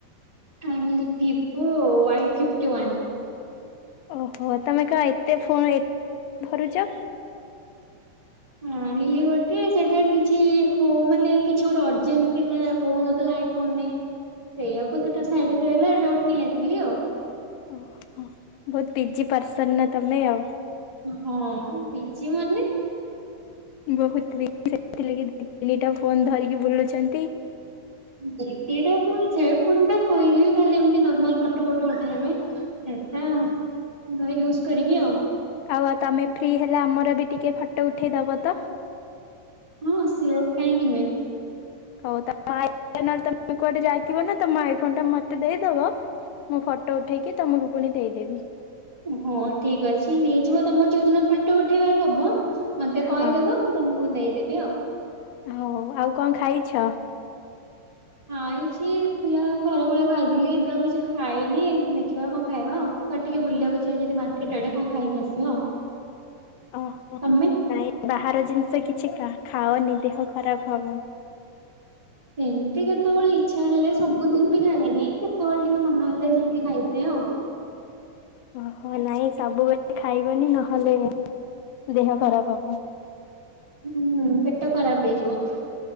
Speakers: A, on the right; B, on the left.
A: ଆଣିଲି ଭିବୋ ୱାଇ ଫିଫ୍ଟିୱାନ୍।
B: ଓହୋ ତମେ କଣ ଏତେ ଫୋନ ଏତେ ଧରୁଛ।
A: ଆଣିଲି ଗୋଟେ ସେଟା କିଛି ହଉ ମାନେ କିଛି ଗୋଟେ ଅର୍ଜେଣ୍ଟ ଥିଲା ହଉ ନଥିଲା ଏଇ ଫୋନରେ ସେଇଆକୁ ସେଟାଇ ରହିଲା ଏଟା ଗୋଟେ ନେଇ ଆସିଲି ଆଉ।
B: ଓହୋ ବହୁତ ବିଜି ପର୍ସନ ନା ତମେ ଆଉ।
A: ହଁ ବିଜି ମାନେ
B: ବହୁତ ବିଥିଲା କି ତିନିଟା ଫୋନ ଧରି। ବୁଲୁଛନ୍ତି
A: ଦିଦିଟା ପୁଣିଛ ପୁଣି ଟା ଥୋଇଦି ଖାଲି ଏମତି ନର୍ମାଲ ଫଟୋ ଫଟ ଉଠେଇବାପାଇଁ ସେଟା
B: ଆଉ
A: ନୟ କରିବି ଆଉ
B: ଆଉ ଆଉ ତମେ ଫ୍ରି ହେଲେ ଆମର ବି ଟିକେ ଫଟୋ ଉଠେଇଦବ ତ
A: ହଁ ସଅ କାହିଁକି ନୁହେଁ।
B: ହଉ ତା ଆଥ ତୁ କୁଆଡେ ଯାଇଥିବ ନା ତମ ଫ ଟା ମତେ ଦେଇଦବ। ମୁଁ ଫଟୋ ଉଠେଇକି ତମକୁ ପୁଣି ଦେଇଦେବି।
A: ହୋ ଠିକ ଅଛି ନେଇଯିବ ତମର ଯୋଉ ଦିନ ଫଟୋ ଉଠେଇବାର ହବ। ମତେ
B: ହଁ
A: କହିଦବ ମୁଁ ତମକୁ ଦେଇଦେବି। ଆଉ
B: ହଉ ଆଉ କଣ ଖାଇଛ?
A: ଖାଇଛିୁ ଯାହା ଖରା ବେଳେ ଖାଇଥିଲି ଏବେ ଆଉ କିଛି ଖାଇନି ଦେଖିବା କଣ ଖାଇବା ଆଉ କୁଆ ଟିକେ ବୁଲିବାକୁ ଯିବା ଯି ମାର୍କେଟ ଆଡେ କଣ ଖାଇକି ଆସିବା ଆଉ।
B: ଓହୋ
A: ତମେ?
B: ନାଇଁ ବାହାର ଜିନିଷ କିଛି କା ଖାଅନି ଦେହ ଖରାପ ହବ।
A: ସେମିତି କେତେବେଳେ ଇଚ୍ଛା ହେଲେ ସବୁଦିନ ବି ଖାଏନି କେତେବେଳେ ଟିକେ ମନ ହେଲେ ଯାଇକି ଖାଇଦେ ଆଉ
B: ଓହୋ ନାଇଁ ସବୁବେଳେ ଖାଇବନି ନହେଲେ ଦେହ ଖରାପ ହବ।
A: ହଁ ପେଟ ଖରାପ ହେଇଯିବ।